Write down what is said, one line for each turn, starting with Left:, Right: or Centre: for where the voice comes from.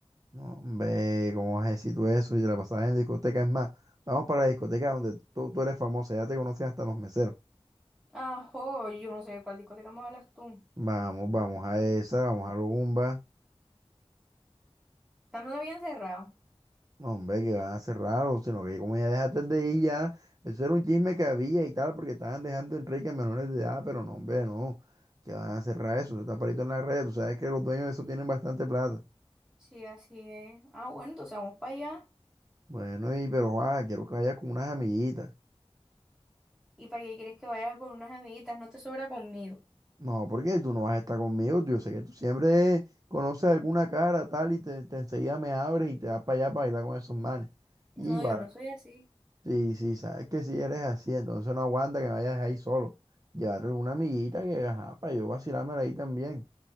Right: No, hombre, ¿cómo vas a decir tú eso? Si te la pasabas en discoteca, es más, vamos para la discoteca donde tú, tú eres famosa, ya te conocen hasta los meseros.
Centre: Ajo, yo no sé de cuál discoteca me hablas tú.
Right: Vamos, vamos a esa, vamos a Lumba.
Centre: Ya no lo habían cerrado.
Right: No, hombre, que van a cerrar, o sino que como ya dejaste de ir ya, eso era un chisme que había y tal, porque estaban dejando en Enrique menores de edad, pero no, hombre, no, que van a cerrar eso, eso está parito en la red, tú sabes que los dueños de eso tienen bastante plata.
Centre: Sí, así es. Ah, bueno, entonces vamos para allá.
Right: Bueno, y pero, ah, quiero que vayas con unas amiguitas.
Centre: ¿Y para qué quieres que vaya con unas amiguitas? No te sobra conmigo.
Right: No, porque tú no vas a estar conmigo, tío. Yo sé que tú siempre conoces alguna cara tal y te, te enseguida me abres y te vas para allá para bailar con esos manes. Y
Centre: No,
Right: igual,
Centre: yo no soy así.
Right: sí, sí, sabes que si eres así, entonces no aguanta que me vayas ahí solo. Llévate alguna amiguita que, ajá, para yo vacilarme ahí también.